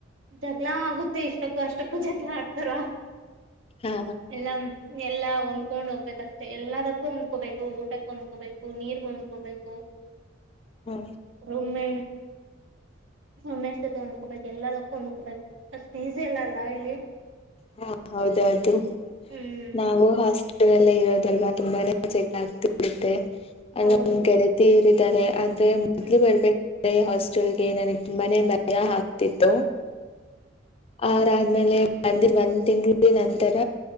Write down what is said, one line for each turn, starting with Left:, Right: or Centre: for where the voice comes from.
Right: ಜಗ್ಗಳ ಆಗುತ್ತೆ ಇಷ್ಟಕ್ಕೂ ಅಷ್ಟಕ್ಕೂ ಜಗ್ಗಳ ಆಡ್ತಾರ
Left: ಹಾ
Right: ಎಲ್ಲ ಎಲ್ಲಾ ಹೊಂದ್ಕೊಂಡ್ ಹೋಗ್ಬೇಕು ಅಷ್ಟೆ ಎಲ್ಲದಕ್ಕೂ ಹೊಂದ್ಕೋಬೇಕು ಊಟಕ್ಕೆ ಹೊಂದ್ಕೋಬೇಕು ನೀರ್ ಹೊಂದ್ಕೋಬೇಕು
Left: ಹಾ
Right: ರಮ್ಮೆ ಒಮ್ಮೆಷ್ಟತೆ ಅಂದಕೊಬೇಕ ಎಲ್ಲ ಅಷ್ಟ್ ಈಸಿ ಇಲ್ಲ ಅಲ್ಲ ಇಲ್ಲಿ
Left: ಹಾ ಹೌದೌದು
Right: ಹ್ಮ್
Left: ನಾವು ಹಾಸ್ ಲ್ಲ ಇರೋದಲ್ವಾ ತುಂಬಾನೇ ಜಗಳ ಆಗ್ತಿ ಇರುತ್ತೆ ಅದು
Right: ಹೌದು
Left: ಗೆಳತಿರ್ ಇದಾರೆ ಆದ್ರೆ ಮೊದ್ಲಿ
Right: ಹ್ಮ್
Left: ಬರ್ಬೇಕ ಹಾಸ್ಟೆಲ್ಗೆ ನನಗ್ ತುಂಬಾನೇ ಭಯ ಆಗ್ತಿತ್ತು ಅದಾದ್ಮೇಲೆ ಬಂದಿರ ಒಂದ್ ತಿಂಗಳ ನಂತರ